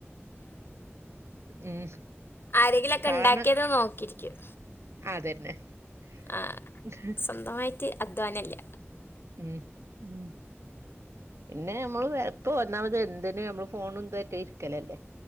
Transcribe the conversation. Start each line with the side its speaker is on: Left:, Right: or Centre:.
Right: ഉം
Left: ആരെങ്കിലൊക്കെ
Right: കാണ്
Left: ഇണ്ടാക്കിയത് നോക്കിരിക്കും
Right: അതന്നെ
Left: ആഹ്
Right: <inaudible>
Left: സ്വന്തമായിട്ട് അധ്വാനല്ല
Right: ഉം ഉം പിന്നെ നമ്മള് ഇപ്പ ഒന്നാമത് എന്തിനു നമ്മള് ഫോണും ഇതായിട്ടും ഇരിക്കലല്ലേ